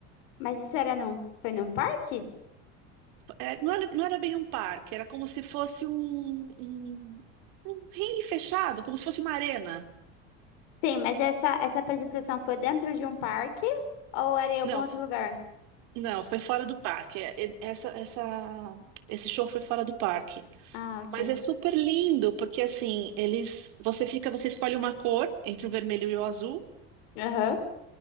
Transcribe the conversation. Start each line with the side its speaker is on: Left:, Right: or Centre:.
Left: Mas isso era num, foi num parque?
Right: É, não era, não era bem um parque, era como se fosse um, um, um ringue fechado, como se fosse uma arena.
Left: Sim, mas essa, essa apresentação foi dentro de um parque ou era em algum
Right: Não,
Left: outro lugar?
Right: Não, foi fora do parque. É, é, Essa, essa, esse show foi fora do parque.
Left: Ah, ok.
Right: Mas é super lindo, porque assim, eles, você fica, você escolhe uma cor entre o vermelho e o azul,
Left: Aham.